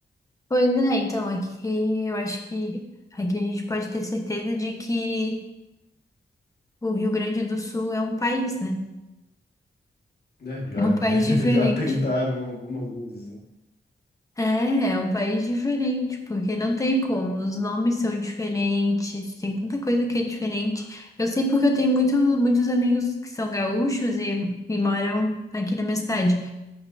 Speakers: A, on the left; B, on the left.
A: Pois é, então, aqui eu acho que aqui a gente pode ter certeza de que o Rio Grande do Sul é um país, né?
B: Né, já,
A: É um país
B: <laughs>
A: diferente.
B: já tentaram algumas vezes, né?
A: É, é um país diferente, porque não tem como, os nomes são diferentes, tem tanta coisa que é diferente. Eu sei porque eu tenho muito, muitos amigos que são gaúchos e, e moram aqui na minha cidade.